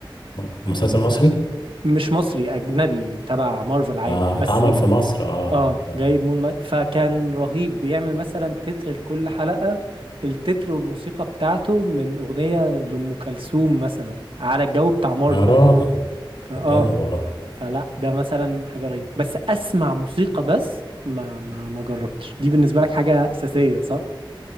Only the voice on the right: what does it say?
مش مصري اجنبي تبع مارفل عادي
بس
اه
جايب مون لايت فكان رهيب بيعمل مثلا تتر لكل حلقه التتر والموسيقى بتاعته من اغنيه لام كلثوم مثلا على الجو بتاع مارفل
فاه
فلا ده مثلا حاجة رهيبة بس اسمع موسيقى بس ما ما ما جربتش دي بالنسبة لك حاجة أساسية صح؟